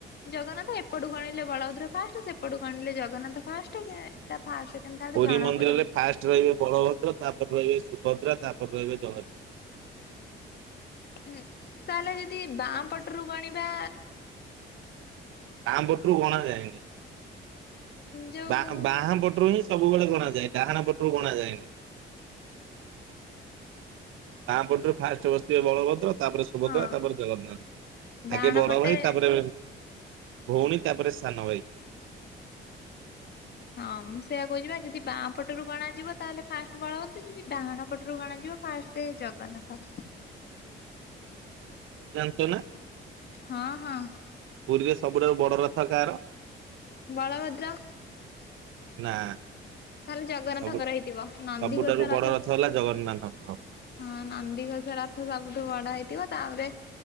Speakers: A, on the left; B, on the right.
A: ଜଗନ୍ନାଥ ଏପଟୁ ଗଣିଲେ ବଳଭଦ୍ର ଫାଷ୍ଟ ସେପଟୁ ଗଣିଲେ ଜଗନ୍ନାଥ ଫାଷ୍ଟ ସିଏ ତା ଫାଷ୍ଟ ସେକେଣ୍ଡ ଥାର୍ଡ
B: ପୁରୀ
A: ଜଣା
B: ମନ୍ଦିରରେ
A: ପଡେନି
B: ଫାଷ୍ଟ ରହିବେ ବଳଭ ଦ୍ର ତାପରେ ରହିବେ ସୁଭଦ୍ରା, ତାପରେ ରହିବେ ଜଗନ୍
A: ହୁଁ ତାହେଲେ ଯଦି ବାଁ ପଟରୁ ଗଣିବା
B: ଆମ ପଟରୁ ଗଣା ଯାଏନି।
A: ଯୋଉ
B: ବାହାଁ ବାହାଁ ପଟରୁ ହିଁ ସବୁବେଳେ ଗଣା ଯାଏ ଡାହାଣା ପଟରୁ ଗଣା ଯାଏନି। ବାଁ ପଟରୁ ଫାଷ୍ଟ ବସିିଥିବେ ବଳଭ ତାପରେ ସୁଭଦ୍ରା
A: ହଁ
B: ତାପରେ ଜଗନ୍ନାଥ
A: ଡାହାଣ
B: ଆଗେ ବଡ
A: ପଟେ
B: ଭାଇ ତାପରେ ଭଉଣୀ ତାପରେ ସାନ ଭାଇ।
A: ହଁ ମୁଁ ସେଇୟା କହୁଚିବା ଯଦି ବାଁ ପଟରୁ ଗଣାଯିବ ତାହେଲେ ଫାଷ୍ଟ ବଳଭଦ୍ ଯଦି ଡାହାଣ ପଟରୁ ଗଣାଯିବ ଫାଷ୍ଟ ଜଗନ୍ନାଥ।
B: ଚ ନା
A: ହଁ ହଁ।
B: ପୁରୀରେ ସବୁଠାରୁ ବଡ ରଥ କାହାର
A: ବଳଭଦ୍ର
B: ନା
A: ତାହେଲେ ଜଗନ୍ନାଥଙ୍କର
B: ସବୁ
A: ହେଇଥିବ ନନ୍ଦିଘୋଷା
B: ସବୁଠାରୁ
A: ରଥ
B: ବଡ ହେଲା ଜଗନ୍ନାଥଙ୍କର।
A: ହଁ ନନ୍ଦିଘୋଷା ରଥ ସବୁଠୁ ବଡ ହେଇଥିବ ତାପରେ